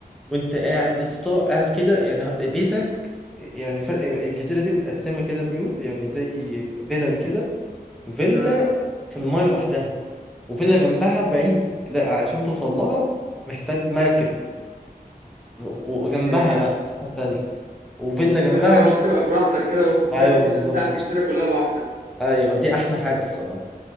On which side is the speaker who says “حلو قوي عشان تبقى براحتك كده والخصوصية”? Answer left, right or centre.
Right